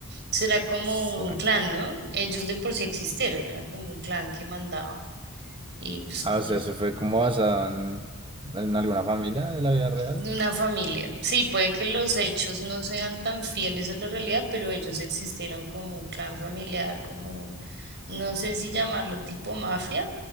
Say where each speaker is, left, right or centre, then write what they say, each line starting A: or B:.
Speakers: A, on the right; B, on the right.
A: Será como
B: sí.
A: un clan, ¿no? Ellos de por sí existieron, era como un clan que mandaba y pues
B: Ah,
A: como
B: o sea, eso fue como basado en, en alguna familia de la vida real.
A: de una familia. Sí, puede que los hechos no sean tan fieles a la realidad, pero ellos existieron como un clan familiar, como, no sé si llamarlo tipo mafia